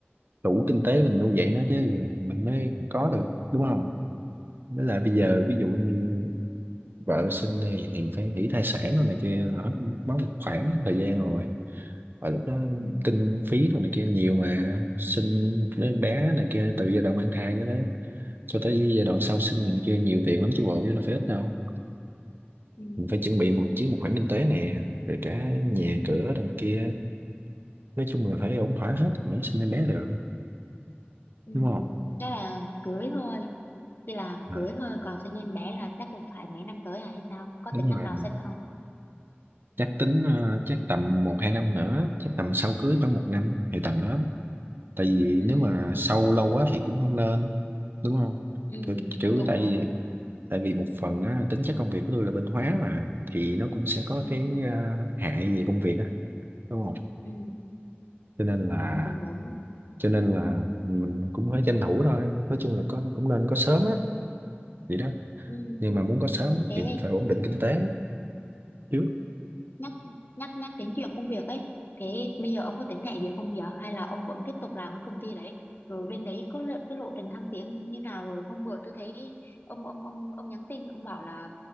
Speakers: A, on the right (about 55°); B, on the left (about 55°).
A: đủ kinh tế mình nuôi dạy nó chứ mình mới có được đúng không với lại bây giờ
B: ừ,
A: ví dụ như vợ sinh đi thì phải nghĩ thai sản rồi này kia là hết mất một khoảng thời gian rồi và lúc đó
B: ừ,
A: kinh phí rồi này kia nhiều mà sinh một đứa em bé này kia từ giai đoạn mang thai cho tới cho tới giai đoạn sau sinh này kia nhiều tiền lắm chứ bộ chứ là phải ít đâu
B: ừ,
A: mình phải chuẩn bị một chứ một khoản kinh tế nè rồi cả nhà
B: ừ,
A: cửa đằng kia nói chung là phải ổn thỏa hết mới sinh em bé được
B: ừ.
A: đúng không
B: đó là cưới thôi chỉ là
A: Ờ,
B: cưới thôi còn sinh em bé là chắc cũng phải mấy năm tới à hay sao có
A: đúng
B: tính năm
A: rồi
B: nào sinh không
A: chắc tính ờ, chắc tầm một hai năm nữa chắc tầm sau cưới khoảng một năm thì tầm đó tại vì
B: ừ
A: nếu mà sau lâu quá thì cũng không nên đúng không
B: ừ
A: kiểu, kiểu
B: cũng
A: tại
B: đúng
A: vì tại vì một phần á, tính chất công việc của tôi là bên hóa mà thì nó cũng sẽ có
B: ừ
A: cái à, hại về công việc á đúng không
B: ừ
A: cho nên
B: ừ
A: là
B: cũng đúng
A: cho nên là mình cũng phải tranh thủ thôi nói chung là có cũng nên có sớm á vậy đó
B: ừ
A: nhưng mà muốn có sớm
B: thế
A: thì mình phải ổn định kinh tế trước
B: nhắc nhắc nhắc đến chuyện công việc ấy thế bây giờ ông có tính nhảy việc không giờ hay là ông vẫn tiếp tục làm cái công ty đấy rồi bên đấy có lộ, cái lộ trình thăng tiến như nào rồi hôm bữa tôi thấy ông ông ông ông nhắn tin ông bảo là